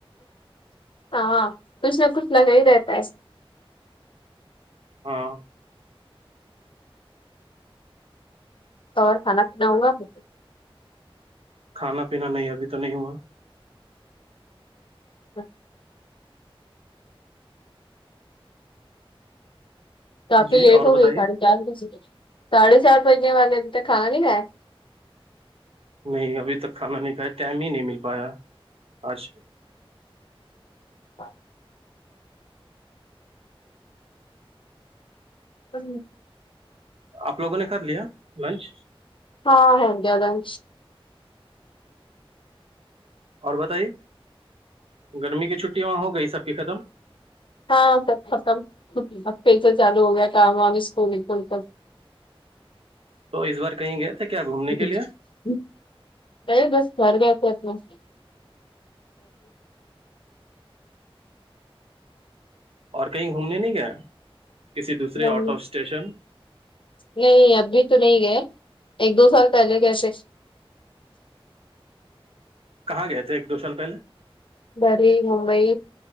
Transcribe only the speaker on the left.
ہاں کچھ نہ کچھ لگا ہی رہتا ہے
اور کھانا پینا ہوا پھر
<unintelligible> کافی
لیٹ
ہو گئی
ساڑھے چار بجے ساڑھے چار بجنے والے ابھی تک کھا نہیں کھائے
<unintelligible> ہ
ہاں ہ گے الدن
ہاں س پکم ہے تو چالو ہو گیا کام آ بھی اسکولکن تو
<unintelligible>
نہیں بس گھر گ تو مس بک
نہیں
نہیں ابھی تو نہیں گئے ایک دو سال پہلے کیسے
دہلی ممبئی